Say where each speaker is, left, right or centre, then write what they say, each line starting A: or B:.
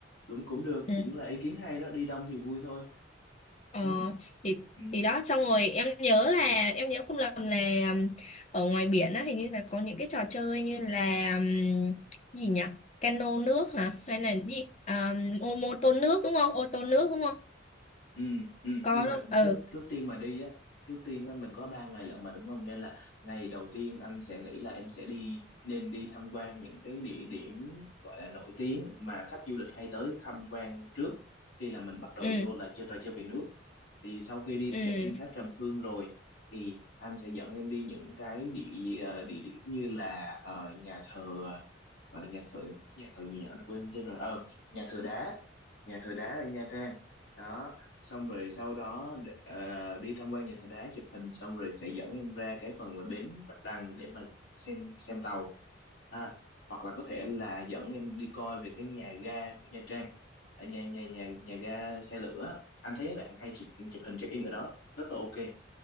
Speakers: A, on the left; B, on the left.
A: đúng cũng được
B: Ừ.
A: cũng là ý kiến hay đó đi đông thì vui thôi
B: Ờ,
A: ừ
B: thì
A: Ừ.
B: thì đó xong rồi em nhớ là em nhớ không lầm là um, ở ngoài biển á hình như là có những cái trò chơi như là um, gì nhỉ cano nước hả hay là gì um, ô mô tô nước đúng không ô tô nước đúng không
A: ừ ừ
B: có
A: nhưng mà
B: không ừ
A: trước trước tiên mà đi á trước tiên á mình có 3 ngày lận mà đúng không nên là ngày đầu tiên anh sẽ nghĩ là em sẽ đi nên đi tham quan những cái địa điểm gọi là nổi tiếng mà khách du lịch hay tới tham quan trước khi là mình bắt đầu
B: ừ
A: vô là chơi trò chơi về nước thì sau khi đi
B: ừ
A: check in tháp Trầm Hương rồi thì anh sẽ dẫn em đi những cái địa ờ, địa điểm như là ờ, nhà thờ gọi là nhà thờ nhà thờ gì nhỉ anh quên tên rồi ờ nhà thờ đá nhà thờ đá ở Nha Trang đó xong rồi sau đó để- ờ, đi tham quan nhà thờ đá chụp hình xong rồi sẽ dẫn em ra cái phần mà bến Bạch Đằng để mà xem xem tàu à, hoặc là có thể là dẫn em đi coi về cái nhà ga của Nha Trang ở nhà nhà nhà nhà ga xe lửa anh thấy mấy bạn hay chụp chụp hình check in ở đó rất là ok